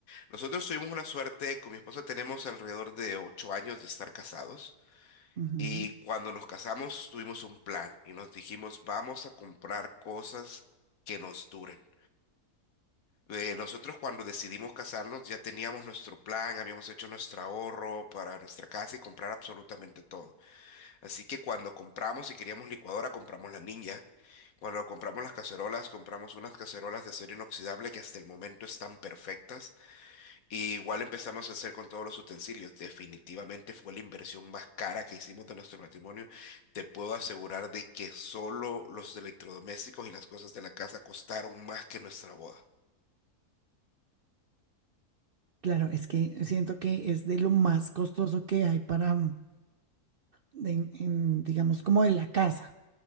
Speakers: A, on the left; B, on the right.
A: Nosotros tuvimos una suerte, con mi esposa tenemos alrededor de ocho años de estar casados
B: Ujú.
A: y cuando nos casamos tuvimos un plan y nos dijimos vamos a comprar cosas que nos duren. Eh, nosotros cuando decidimos casarnos ya teníamos nuestro plan, habíamos hecho nuestro ahorro para nuestra casa y comprar absolutamente todo. Así que cuando compramos, si queríamos licuadora, compramos la Ninja. Cuando compramos las cacerolas, compramos unas cacerolas de acero inoxidable que hasta el momento están perfectas. Y igual empezamos a hacer con todos los utensilios. Definitivamente fue la inversión más cara que hicimos de nuestro matrimonio. Te puedo asegurar de que solo los electrodomésticos y las cosas de la casa costaron más que nuestra boda.
B: Claro, es que siento que es de lo más costoso que hay para, mm, en- en, digamos, como en la casa.